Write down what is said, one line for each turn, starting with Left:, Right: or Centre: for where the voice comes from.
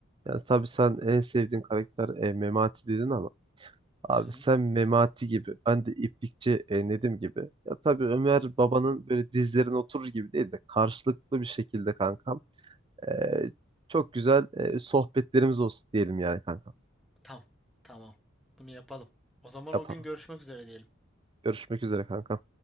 Right: Yani tabii sen en sevdiğin karakter e, Memati dedin ama abi
Centre: Hı hı.
Right: sen Memati gibi ben de İplikçi e, Nedim gibi. Ya tabii Ömer babanın böyle dizlerine oturur gibi değil de karşılıklı bir şekilde kankam. eee, çok güzel e, sohbetlerimiz olsun diyelim yani kankam.
Centre: Tamam. Tamam. Bunu yapalım. O zaman
Right: Yapalım.
Centre: o gün görüşmek üzere diyelim.
Right: Görüşmek üzere kanka.